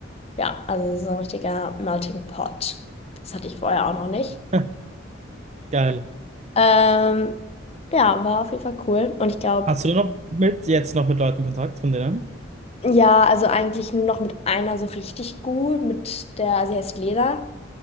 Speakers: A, on the left; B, on the right.
A: ja, also so ein richtiger Melting Pot. Das hatte ich vorher auch noch nicht.
B: <laughs> Geil.
A: Ähm, ja, war auf jeden Fall cool. Und ich glaube,
B: Hast du noch mit jetzt noch mit Leuten Kontakt von denen?
A: ja, also eigentlich nur noch mit einer so richtig gut, mit der, sie heißt Lena,